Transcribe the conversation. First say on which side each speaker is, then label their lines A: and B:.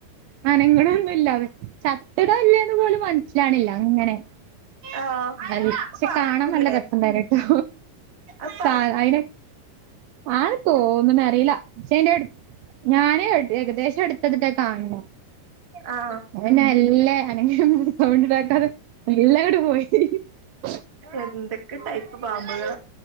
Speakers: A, on the right; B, on the right.
A: അനങ്ങണൊ ന്നൂല അത് ചത്ത്. ട്ടൊന്നൂ ലന്ന്പോലും മനസ്സിലാവുന്നില്ല
B: ആ അത്
A: <unintelligible>
B: പറക്കൂലേ
A: കാണാൻ നല്ല രസംണ്ടായിരുന്നു
B: അത് പറ
A: ട്ടോ അഅയിനെ നെ ആണെന്നു തോന്ന്ണ് അറീല പക്ഷെ അയ്ന്റെ ഏകദേശം അടുത്ത്, <unintelligible> കാണ് ണ്
B: ആ
A: അവനല്ല <unintelligible> <unintelligible>
B: എന്തൊക്കെ ടൈപ്പ് പാമ്പുകളാ